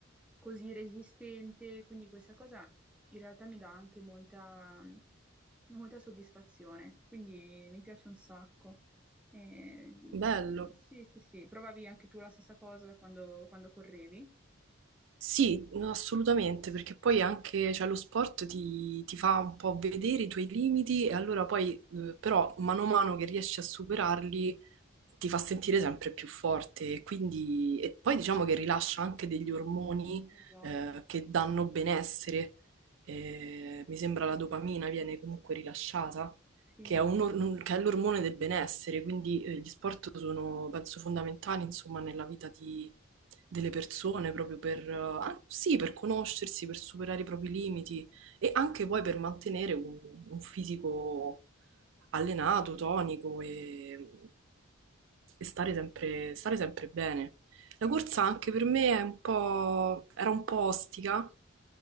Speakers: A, in the centre; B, on the right.
A: così resistente, quindi questa cosa in realtà mi dà anche molta, molta soddisfazione. Quindi mi piace un sacco. Eh,
B: Ah, Bello.
A: sì, sì, sì, provavi anche tu la stessa cosa da quando quando correvi?
B: Sì, no, assolutamente, perché poi anche cioè, lo sport ti, ti fa un po' vedere i tuoi limiti e allora poi, eh, però, mano a mano che riesci a superarli, ti fa sentire sempre più forte. E quindi, e poi diciamo che rilascia anche degli ormoni,
A: Esatto.
B: eh, che danno benessere. Eh, mi sembra la dopamina viene comunque rilasciata
A: Sì,
B: che è un or- che è l'ormone del benessere, quindi eh, gli sport sono, penso, fondamentali, insomma, nella vita di- delle persone, proprio per, eh, ah, sì, per conoscersi, per superare i propri limiti e anche poi per mantenere un, un fisico allenato, tonico e, e stare sempre, stare sempre bene. La
A: sì,
B: corsa anche per me è un po', era un po' ostica,